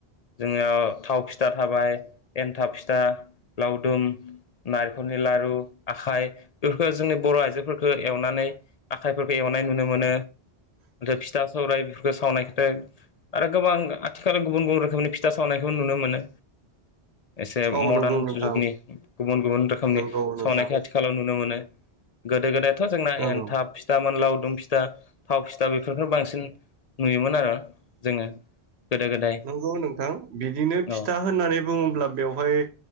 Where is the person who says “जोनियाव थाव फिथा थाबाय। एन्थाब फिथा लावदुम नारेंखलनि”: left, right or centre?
Left